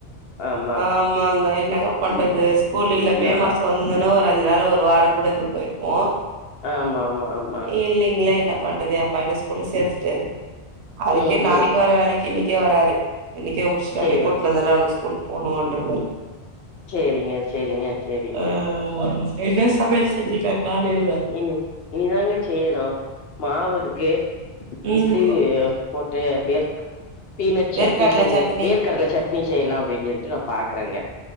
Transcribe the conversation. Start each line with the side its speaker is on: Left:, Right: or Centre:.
Left: ஆமா
Right: ஆமாங்க என்னங்க பண்றது ஸ்கூல் இல்லன் மே
Left: ஆம்
Right: மாச வந்துதுன்னா ஒரு அஞ்சு நாள் ஒரு வாரம் கூட இருந்து போயிருப்போ
Left: ஆமா ஆமா ஆமா
Right: இல்லீங்களே இல்ல பண்றது என் பையன ஸ்கூல்ல சேர்த்துட்டே அதுக்கே
Left: ம் ம்
Right: நாளைக்கு
Left: ம்
Right: வர வேலைக் இன்னைக்கே வராரு இன்னைக்ற்கே முடிச்சுட்டு
Left: சேரிங்க
Right: அவன கூட்டுனு வந்துன்னோ அவனுக்கு ஸ்கூல் போணும்ன் இருக்றாரு
Left: சேரிங்க சேரிங்க சேரிங்க
Right: ஆ என்ன சமையல் செஞ்சிங்க காலைல
Left: இனி இனிதாங்க செய்யணு மாவு இருக்கு
Right: ம்
Left: இட்லி போட்டு வேர்க் பீனட்
Right: வேர்க்கடல
Left: சட்னி செஞ்சே
Right: சட்னி
Left: வேர்கடல சட்னி செய்யலா அப்டின்னு சொல்லிட்டு நா பாக்குறேங்க